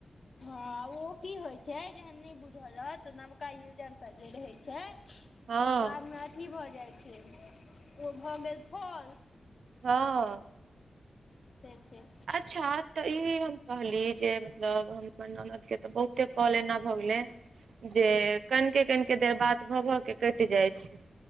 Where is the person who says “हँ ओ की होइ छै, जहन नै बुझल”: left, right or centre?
Left